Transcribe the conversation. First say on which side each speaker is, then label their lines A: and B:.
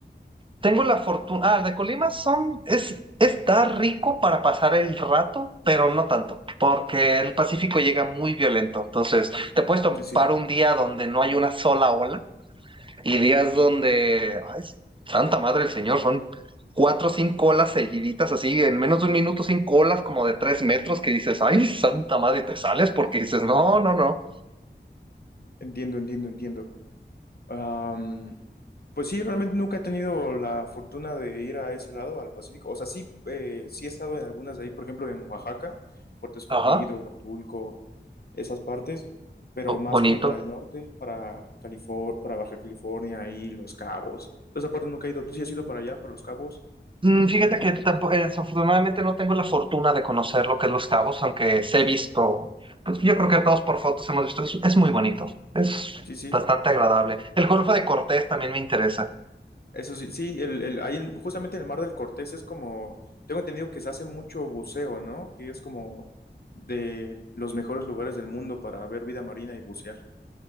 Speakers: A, on the right; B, on the left.
A: Tengo la fortuna. Ah, de Colima son, es, está rico para pasar el rato, pero no tanto, porque el Pacífico llega muy violento. Entonces, te puedes topar
B: Sí, sí.
A: un día donde no hay una sola ola y días donde, ay, santa madre del Señor, son cuatro o cinco olas seguiditas, así, en menos de un minuto, cinco olas como de tres metros que dices, ay, santa madre, y te sales porque dices, no, no, no.
B: Entiendo, entiendo, entiendo. Am, pues sí, realmente nunca he tenido la fortuna de ir a ese lado, al Pacífico. O sea, sí, eh, sí he estado en algunas de ahí, por ejemplo, en Oaxaca, Puerto Escondido,
A: Ajá,
B: Huatulco. esas partes, pero
A: oh,
B: más
A: bonito.
B: como para el norte, para California, para Baja California y Los Cabos. Entonces, esa parte nunca he ido. ¿Tú sí has ido para allá, para Los Cabos?
A: Mm, Fíjate que tampo- eh, desafortunadamente no tengo la fortuna de conocer lo que es Los Cabos, aunque se he visto, pues, yo creo que todos por fotos hemos visto, es, es muy bonito, es
B: Sí, sí.
A: bastante agradable. El Golfo de Cortés también me interesa.
B: Eso sí, sí, el, el, ahí en- justamente en el Mar del Cortés es como, tengo entendido que se hace mucho buceo, ¿no? Que es como de los mejores lugares del mundo para ver vida marina y bucear.